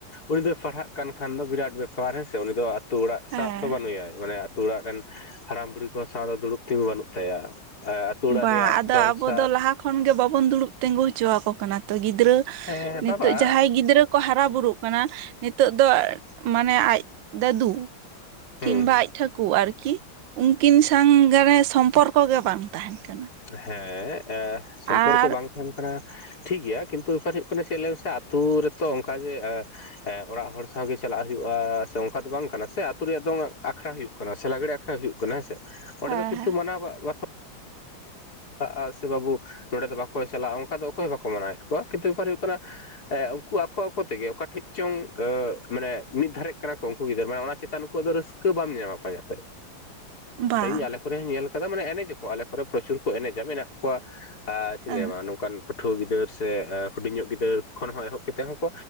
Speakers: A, on the left; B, on the right.
A: ᱩᱱᱤ ᱫᱚᱭ ᱯᱟᱲᱦᱟᱜ ᱠᱟᱱ ᱠᱷᱟᱱ ᱫᱚ ᱵᱤᱨᱟᱴ ᱵᱮᱯᱟᱨ ᱦᱮᱸᱥᱮ ᱩᱱᱤ ᱫᱚ ᱟᱛᱩ ᱚᱲᱟᱜ
B: ᱦᱮᱸ
A: ᱥᱟᱶ ᱫᱚ ᱵᱟᱹᱱᱩᱭᱟᱭ ᱢᱟᱱᱮ ᱟᱹᱛᱩ ᱚᱲᱟᱜ ᱨᱮᱱ ᱦᱟᱲᱟᱢ ᱵᱩᱲᱦᱤ ᱠᱚ ᱥᱟᱶ ᱫᱩᱲᱩᱵ ᱛᱤᱸᱜᱩ ᱵᱟᱹᱱᱩᱜ ᱛᱟᱭᱟ ᱾ ᱮ ᱟᱛᱳ ᱚᱲᱟᱜ
B: ᱵᱟᱝ
A: ᱨᱮᱭᱟᱜ
B: ᱟᱫᱚ
A: ᱫᱚᱝ
B: ᱟᱵᱚ
A: ᱥᱟᱨ
B: ᱫᱚ ᱞᱟᱦᱟ ᱠᱷᱚᱱ ᱜᱮ ᱵᱟᱵᱩᱱ ᱫᱩᱲᱩᱵ ᱛᱤᱜᱩ ᱚᱪᱚ ᱟᱠᱚ ᱠᱟᱱᱟ ᱛᱚ ᱜᱤᱫᱽᱨᱟᱹ ᱾
A: ᱦᱮᱸ
B: ᱱᱤᱛᱳᱜ
A: ᱵᱟᱵᱟ
B: ᱡᱟᱦᱟᱸᱭ ᱜᱤᱫᱽᱨᱟᱹ ᱠᱚ ᱦᱟᱨᱟ ᱵᱩᱨᱩᱜ ᱠᱟᱱᱟ ᱱᱤᱛᱚᱜ ᱫᱚ ᱢᱟᱱᱮ ᱟᱡ ᱫᱟᱫᱩ
A: ᱦᱩᱸ
B: ᱠᱤᱝᱵᱟ ᱟᱡ ᱴᱷᱟᱹᱠᱩ ᱟᱨᱠᱤ ᱩᱱᱠᱤᱱ ᱥᱟᱝᱜ ᱥᱚᱢᱯᱚᱨᱠᱚ ᱜᱮ ᱵᱟᱝ ᱛᱟᱦᱮᱱ ᱠᱟᱱᱟ᱾
A: ᱦᱮᱸ ᱥᱚᱢᱯᱚᱨᱠᱚ
B: ᱟᱨ
A: ᱵᱟᱝ ᱛᱟᱦᱮᱱ ᱠᱟᱱᱟ᱾ ᱴᱷᱤᱠ ᱜᱮᱭᱟ ᱠᱤᱱᱛᱩ ᱵᱮᱯᱟᱨ ᱦᱩᱭᱩᱜ ᱠᱟᱱᱟ ᱪᱮᱫ ᱞᱟᱹᱭ ᱢᱮ ᱥᱮ ᱟᱛᱳ ᱨᱮᱛᱚ ᱚᱱᱠᱟ ᱜᱮ ᱚᱲᱟᱜ ᱦᱚᱲ ᱥᱟᱶᱜᱮ ᱪᱟᱞᱟᱜ ᱦᱩᱭᱩᱜ-ᱟ ᱥᱮ ᱚᱱᱠᱟ ᱫᱚ ᱵᱟᱝ ᱠᱟᱱᱟ ᱥᱮ ᱟᱛᱩ ᱨᱮᱭᱟᱜ ᱫᱚᱝ ᱟᱠᱷᱲᱟ ᱦᱩᱭᱩᱜ ᱠᱟᱱᱟ ᱥᱮ ᱞᱟᱜᱽᱲᱮ ᱟᱠᱷᱲᱟ ᱦᱩᱭᱩᱜ ᱠᱟᱱᱟ ᱦᱮᱸ ᱥᱮ ᱚᱸᱰᱮ
B: ᱦᱮᱸ
A: ᱫᱚ ᱠᱤᱱᱛᱩ
B: ᱦᱮᱸ
A: ᱢᱟᱱᱟᱣ ᱵᱟ ᱵᱟᱛᱟ ᱟ ᱟᱨ ᱥᱮ ᱵᱟᱹᱵᱩ ᱱᱚᱸᱰᱮ ᱫᱚ ᱵᱟᱠᱚ ᱪᱟᱞᱟᱜ-ᱟ ᱚᱱᱠᱟ ᱫᱚ ᱚᱠᱚᱭ ᱦᱚᱸ ᱵᱟᱠᱚ ᱢᱟᱱᱟᱣᱮᱫ ᱠᱚᱣᱟ ᱠᱤᱱᱛᱩ ᱵᱮᱯᱟᱨ ᱦᱩᱭᱩᱜ ᱠᱟᱱᱟ ᱩᱱᱠᱩ ᱟᱠᱚ ᱟᱠᱚ ᱛᱮᱜᱮ ᱚᱠᱟ ᱴᱷᱮᱡ ᱪᱚᱝ ᱢᱟᱱᱮ ᱢᱤᱫ ᱫᱷᱟᱨᱮᱜ ᱠᱟᱱᱟ ᱠᱚ ᱩᱱᱠᱩ ᱜᱤᱫᱟᱹᱨ ᱢᱟᱱᱮ ᱚᱱᱟ ᱪᱮᱛᱟᱱ ᱟᱠᱚ ᱫᱚ ᱨᱟᱹᱥᱠᱟᱹ ᱵᱟᱢ ᱧᱟᱢᱟ ᱯᱟᱸᱡᱟ ᱛᱮ᱾
B: ᱵᱟᱝ
A: ᱤᱧ ᱟᱞᱮ ᱠᱚᱨᱮ ᱦᱚᱸᱧ ᱧᱮᱞ ᱠᱟᱫᱟ ᱢᱟᱱᱮ ᱮᱱᱮᱡ ᱟᱠᱚ ᱟᱞᱮ ᱠᱚᱨᱮ ᱯᱨᱚᱪᱩᱨ ᱠᱚ ᱮᱱᱮᱡᱟ ᱢᱮᱱᱟᱜ ᱠᱚᱣᱟ᱾ ᱟ ᱪᱮᱫ
B: ᱦᱮᱸ
A: ᱤᱧ ᱞᱟᱹᱭᱟᱢᱟ ᱱᱚᱣᱟ ᱱᱚᱝᱠᱟᱱ ᱯᱟᱹᱴᱷᱩᱣᱟᱹ ᱜᱤᱫᱟᱹᱨ ᱥᱮ ᱦᱩᱰᱤᱧ ᱧᱚᱜ ᱜᱤᱫᱟᱹᱨ ᱠᱷᱚᱱ ᱦᱚᱸ ᱮᱦᱚᱵ ᱠᱟᱛᱮᱫ ᱦᱚᱸᱠᱚ